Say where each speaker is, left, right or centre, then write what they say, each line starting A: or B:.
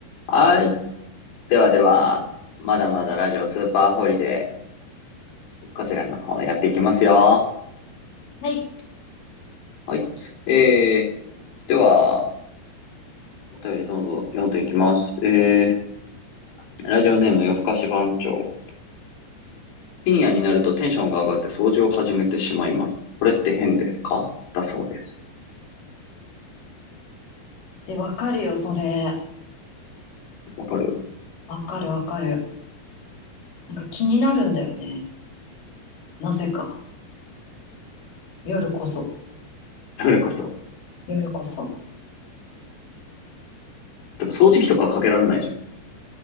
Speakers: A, on the left; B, on the left.
A: はい。ではでは、まだまだラジオスーパーホリデー、こちらの方やっていきますよ。
B: はい。
A: はい。えー、では、お便りどんどん読んでいきます。えー、ラジオネーム夜更かし番長。深夜になるとテンションが上がって掃除を始めてしまいます。これって変ですかだそうです。
B: で、わかるよ、それ。
A: わかる
B: わかるわかる。なんか気になるんだよね。なぜか。夜こそ。
A: それこそ。
B: 夜こそ。
A: でも掃除機とかかけられないじゃん。
B: なんか、